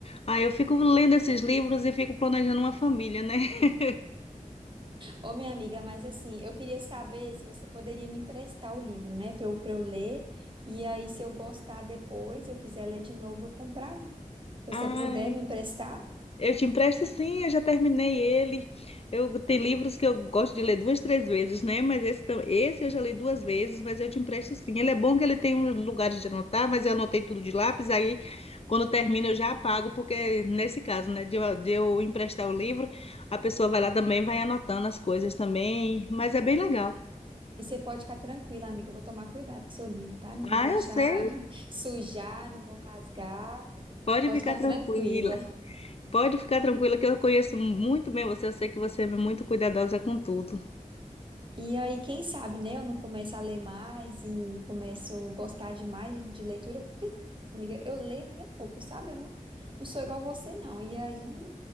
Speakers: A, on the left; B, on the right.
A: Ah, eu fico lendo esses livros e fico planejando uma família, né? <laughs>
B: Ô, minha amiga, mas assim, eu queria saber se você poderia me emprestar o livro, né? Pra eu, pra eu ler. E aí, se eu gostar depois, eu quiser ler de novo, eu comprar um. Se
A: Ah,
B: você puder me emprestar.
A: Eu te empresto sim, eu já terminei ele. Eu tem livros que eu gosto de ler duas, três vezes, né? Mas esse, tam- esse eu já li duas vezes, mas eu te empresto sim. Ele é bom que ele tem um lugar de anotar, mas eu anotei tudo de lápis, aí quando termina eu já apago, porque nesse caso, né, de eu, de eu emprestar o livro, a pessoa vai lá também, vai anotando as coisas também, mas é bem legal.
B: E você pode ficar tranquila, amiga. Eu vou tomar cuidado com seu livro, tá? Não vou
A: Ah,
B: deixar
A: eu sei.
B: <laughs> sujar, não vou rasgar.
A: Pode
B: Pode
A: ficar
B: ficar tranquila.
A: tranquila. Pode ficar tranquila que eu conheço muito bem você, eu sei que você é muito cuidadosa com tudo.
B: E aí, quem sabe, né? Eu não começo a ler mais e começo a gostar demais de de leitura, porque, amiga, eu leio, mas é pouco, sabe? Eu não, não sou igual você, não. E aí,